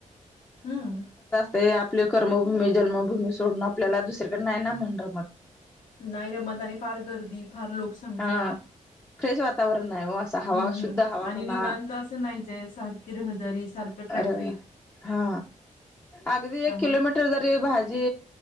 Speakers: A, on the left (about 80°); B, on the left (about 15°).
A: हम्म
B: ते आपली कर्मभूमी, जन्मभूमी सोडून आपल्याला दुसरीकडे नाही ना मन रमत.
A: नाही रमत आणि फार गर्दी, फार लोकसंख्या
B: हा फ्रेश वातावरण आहे हो असं हवा
A: हम्म
B: शुद्ध
A: हम्म
B: हवा
A: आणि
B: म्हणा
A: निवांत असं नाहीच सारख सारखी रहदारी सारखं ट्रॅफिक.
B: अ हा अगदी
A: त्यामुळे
B: एक किलोमीटर जरी भाजी